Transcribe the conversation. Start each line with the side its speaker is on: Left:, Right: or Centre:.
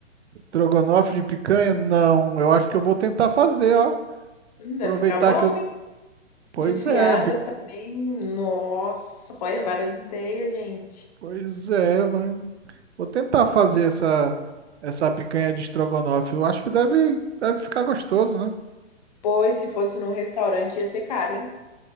Right: Trogonofe de picanha? Não, eu acho que eu vou tentar fazer, ó.
Left: Hum, deve
Right: Aproveitar
Left: ficar bom,
Right: que eu.
Left: hein?
Right: Pois
Left: Desfiada
Right: é, bi-
Left: também. Nossa, olha, várias ideias, gente.
Right: pois é, mas Vou tentar fazer essa essa picanha de estrogonofe. Eu acho que deve, deve ficar gostoso, né?
Left: Pois, se fosse num restaurante, ia ser caro, hein?